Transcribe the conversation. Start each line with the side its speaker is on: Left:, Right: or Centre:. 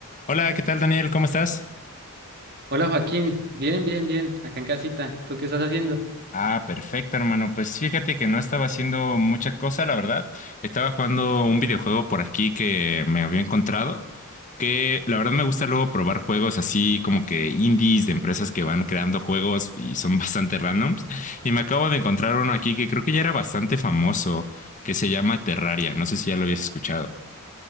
Left: Hola, ¿qué tal, Daniel? ¿Cómo estás?
Right: Hola Joaquín, bien, bien, bien, acá en casita. ¿Tú qué estás haciendo?
Left: Ah, perfecto, hermano. Pues fíjate que no estaba haciendo muchas cosas, la verdad. Estaba jugando un videojuego por aquí que me había encontrado, que la verdad me gusta luego probar juegos así como que indies de empresas que van creando juegos y son <laughs> bastante randoms. Y me acabo de encontrar uno aquí que creo que ya era bastante famoso, que se llama Terraria. No sé si ya lo habías escuchado.